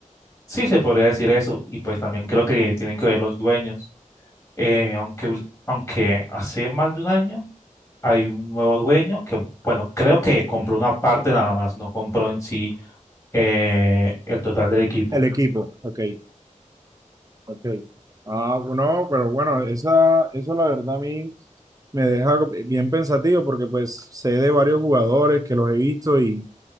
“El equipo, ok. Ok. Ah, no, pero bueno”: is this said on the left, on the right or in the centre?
Right